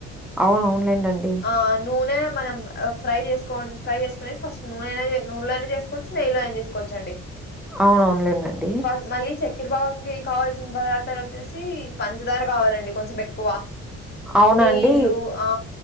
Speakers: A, in the centre; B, on the left.
A: అవున అవునులేండి అండి
B: ఆ నూనె మనం ఫ్రై చేసుకో ఫ్రై చేసుకునే ఫస్ట్ నూనెైనా నూనెలోనయినా చేసుకోవచ్చు నెయ్యిలో అయినా చేసుకో కోచు అండి
A: అవును ఆన్లైన్ అండి
B: ఫ మళ్ళీ చక్కర పొంగలి కి కావాల్సిన పదార్థాలు వచ్చేసి పంచదార కావాలండి కొంచెం ఎక్కువ
A: అవునండి
B: నీళ్లు ఆ